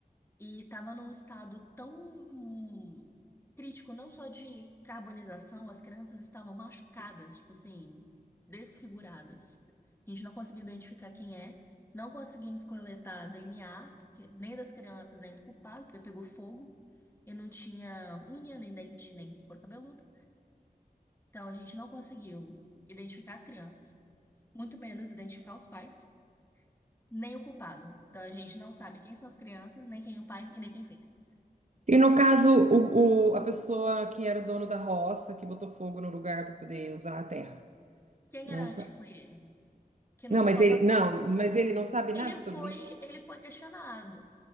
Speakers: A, on the left (about 15°); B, on the right (about 50°).
A: e estava num estado tão hum, crítico, não só de carbonização, as crianças estavam machucadas, tipo assim, desfiguradas. A gente não conseguiu identificar quem é. Não conseguimos coletar DNA, porque nem das crianças, nem do culpado, porque pegou fogo e não tinha unha, nem dente, nem couro cabeludo. Então, a gente não conseguiu identificar as crianças, muito menos identificar os pais, nem o culpado. Então, a gente não sabe quem são as crianças, nem quem é o pai e nem quem fez.
B: E no caso, o, o- a pessoa que era dono da roça, que botou fogo no lugar para poder usar a terra.
A: Quem
B: Não
A: garante
B: sabe.
A: que foi ele? Que não
B: Não,
A: só
B: mas ele
A: passou
B: não,
A: a pessoa.
B: mas ele não sabe nada
A: Ele
B: sobre
A: foi,
B: isso.
A: ele foi questionado,